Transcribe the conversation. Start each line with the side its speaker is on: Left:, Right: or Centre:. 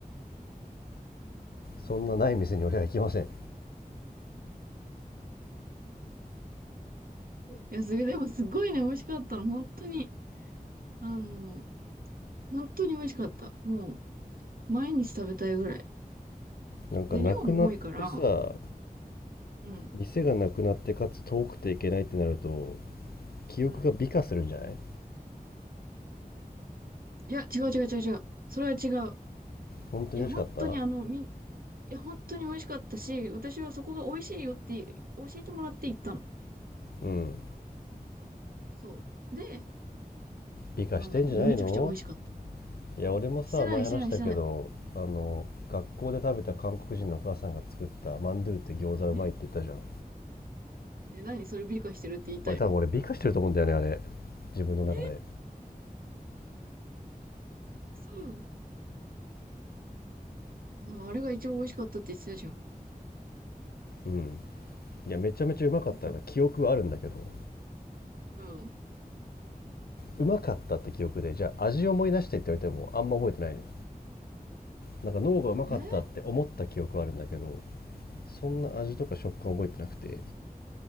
Left: そんなない店に俺は行きません。
Right: や、それでもすごいね、美味しかったの。本当に、あの、本当に美味しかった。もう、毎日食べたいぐらい。
Left: なんかなくなってさ、
Right: で、量も多いから、うん、
Left: 店がなくなってかつ遠くていけないってなると、記憶が美化するんじゃない
Right: うん。いや、違う違う違う違う。それは違う。
Left: 本当に美味しかった
Right: いや、本当にあの、みん、いや、本当に美味しかったし、私はそこが美味しいよって、教えてもらって行ったの。
Left: うん。
Right: そう。で、
Left: 美化してんじゃないの
Right: あの、めちゃくちゃ美味しかった。
Left: いや、俺もさ、
Right: してない、
Left: 前話したけど、
Right: してない、してない。
Left: あの、学校で食べた韓国人のお母さんが作ったマンドゥって餃子うまいって言ったじゃん。
Right: ねえ、何それ美化してるって言いたいの
Left: 俺多分俺美化してると思うんだよね、あれ。自分の中で。
Right: え、嘘。でもあれが一番美味しかったって言ってたじゃん。
Left: うん。いや、めちゃめちゃうまかった記憶はあるんだけど、
Right: <laughs> うん。
Left: うまかったって記憶で、じゃあ味思い出してって言われてもあんま覚えてないのよ。なんか脳がうまかったって思った記憶はあるんだけど
Right: えー、
Left: そんな味とか食感覚えてなくて